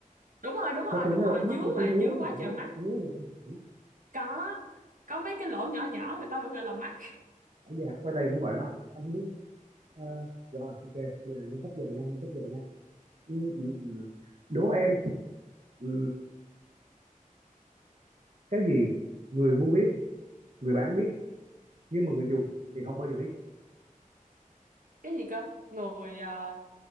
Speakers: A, on the right (about 70°); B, on the right (about 55°).
A: đúng rồi đúng rồi
B: khoai tây
A: đúng
B: nó đâu
A: rồi
B: có mắt
A: dứa
B: đâu trái
A: mà
B: dứa
A: dứa quá
B: mới gọi là
A: trời
B: mắt
A: mắt
B: trái dứa người ta gọi là mắt
A: có có mấy cái lỗ nhỏ nhỏ người ta vẫn gọi là mắt
B: ở vậy hả khoai tây cũng gọi là mắt hả? anh không biết đó. Ờ, rồi ok giờ nâng cấp dần nha nâng cấp dần nha ừ, ừ, ừ. đố em ừ, cái gì người mua biết người bán biết nhưng mà người dùng thì không bao giờ biết
A: cái gì cơ người ờ,